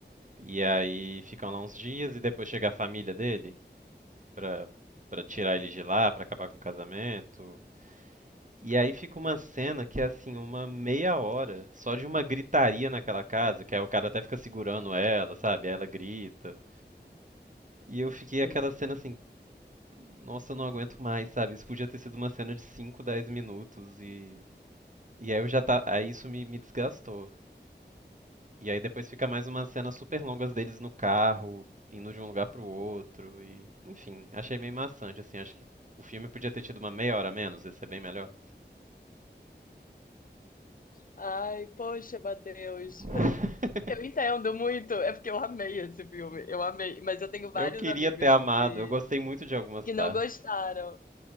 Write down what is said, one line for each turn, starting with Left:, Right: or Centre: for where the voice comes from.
Right: e aí ficam lá uns dias e depois chega a família dele pra, pra tirar ele de lá, pra acabar com o casamento. E aí fica uma cena que é assim, uma meia hora só de uma gritaria naquela casa, que aí o cara até fica segurando ela, sabe? Aí ela grita. E eu fiquei aquela
Left: sim.
Right: cena assim, Nossa, eu não aguento mais, sabe? Isso podia ter sido uma cena de 5 dez minutos e. E aí eu já tá. Aí isso me, me desgastou. E aí depois fica mais umas cenas super longas deles no carro, indo de um lugar pro outro e. Enfim, achei meio maçante, assim. Acho que o filme podia ter tido uma meia hora a menos, ia ser bem melhor.
Left: Ai, poxa, Matheus.
Right: <laughs>
Left: <laughs> Eu entendo muito, é porque eu amei esse filme, eu amei, mas eu tenho vários
Right: Eu queria
Left: amigos
Right: ter amado,
Left: que,
Right: eu gostei muito de algumas
Left: que
Right: partes.
Left: não gostaram.